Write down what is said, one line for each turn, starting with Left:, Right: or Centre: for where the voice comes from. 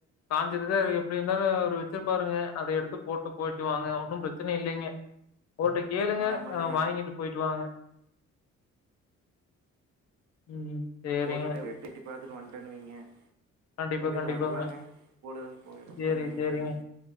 Left: காஞ்சிருது அது எப்டி இருந்தாலு அவுரு வெச்சிருப்பாருங்க அத எடுத்து போட் டு போய்ட்டு வாங்க ஒன்னு பிரச்சனை இல்லைங்க ஒருட்ட கேளுங்க
Right: ஆமாங்க
Left: அ வாங்கிட்டு போயிட்டுவாங்க ம் சேரிங்க.
Right: போட்டுட்டு வெட்டிட்டி பாத்துட்டு வன்டேனு வெய்ங்க
Left: கண்டிப்பா,
Right: அப்டி
Left: கண்டிப்பாங்க.
Right: வரலங்க பொழுதே போயுரு
Left: சேரி,
Right: ம்
Left: சேரிங்க.